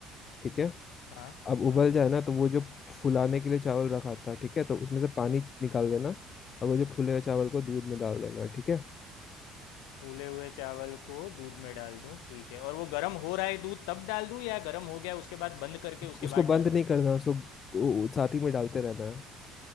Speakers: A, on the left; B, on the left.
A: ठीक है
B: हाँ
A: अब उबल
B: हाँ
A: जाए ना तो वो जो फुलाने के लिए चावल रखा था ठीक है तो उसमें से पानी निकाल देना और वो जो फूले हुए चावल को दूध में डाल देना ठीक है
B: फूले हुए चावल को दूध में डाल दूँ ठीक है और वो गर्म हो रहा है दूध तब डाल दूँ या गर्म हो गया उसके बाद बंद करके उसके
A: उसको
B: बाद
A: बंद
B: डालूँ
A: नहीं करना उसको वो साथ ही में डालते रहना है